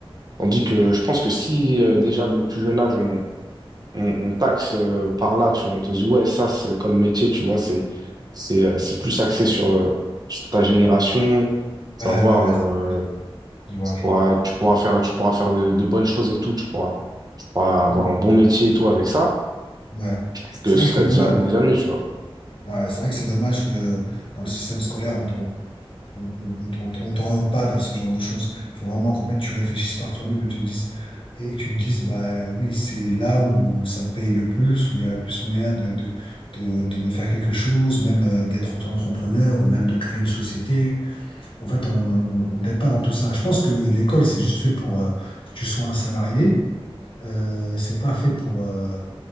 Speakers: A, on the right; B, on the left.
A: Tandis que je pense que si euh, déjà dès le plus jeune âge, on, on, on taxe euh, par là, tu vois. On te dit, ouais, ça, c'est comme métier, tu vois, c'est, c'est, euh, c'est plus axé sur, euh, sur ta génération. Tu
B: Ouais,
A: vas voir,
B: ouais, ouais.
A: euh,
B: c'est- Je vois,
A: tu
B: je
A: pourras,
B: vois.
A: tu pourras faire, tu pourras faire de, de bonnes choses et tout, tu pourras, tu pourras avoir
B: Mhm.
A: un bon métier et tout avec ça,
B: Ouais.
A: parce que
B: C'est
A: ce
B: vrai
A: serait
B: que c'est dommage.
A: déjà, déjà mieux, tu vois.
B: Ouais, c'est vrai que c'est dommage que dans le système scolaire, on ne t'oriente pas vers ce genre de choses. Il faut vraiment qu'en fait, tu réfléchisses par toi-même et, te dises- et que tu te dises, bah oui, c'est là où ça paye le plus, où il y a le plus moyen de, de, de, de- de faire quelque chose, même euh, d'être auto-entrepreneur ou même de créer une société. En fait, on ne t'aide pas dans tout ça. Je pense que l'école, c'est juste fait pour euh, que tu sois un salarié. Euh, c'est pas fait pour, euh,